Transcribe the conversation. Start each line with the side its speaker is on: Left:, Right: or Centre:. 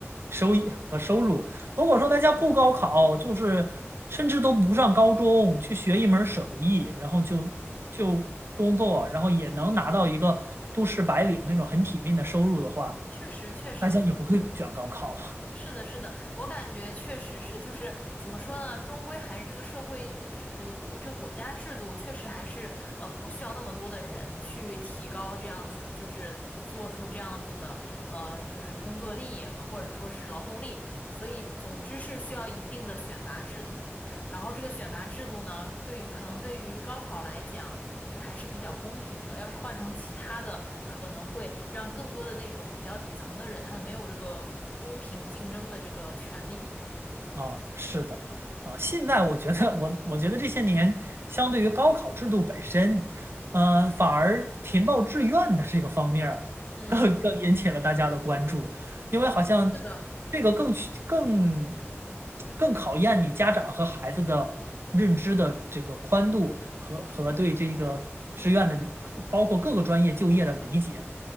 Right: 收益和收入。
Left: 嗯，
Right: 如果说大家不高考，就是甚至都不上高中，去学一门儿手艺，然后就就工作，然后也能拿到一个都市白领那种很体面的收入的话，
Left: 确实确实，
Right: 大家也不会卷高考了。
Left: 是的，是的，我感觉确实是，就是怎么说呢，终归还是这个社会制，呃国这个国家制度确实还是呃不需要那么多的人去提高这样子，就是做出这样子的呃就是工作力或者说是劳动力，所以总之是需要一定的选拔制度。然后这个选拔制度呢，对于可能对于高考来讲，就是还是比较公平的。要是换成其他的，可能会让更多的那种比较底层的人，他们没有这个公平竞争的这个权利。
Right: 啊，是的，啊，现在我觉得我我觉得这些年，相对于高考制度本身，呃，反而填报志愿的这个方面儿更更引起了大家的关注，
Left: 嗯，
Right: 因为好像
Left: 是的，
Right: 这个更去更更考验你家长和孩子的认知的这个宽度和和对这个志愿的，包括各个专业就业的理解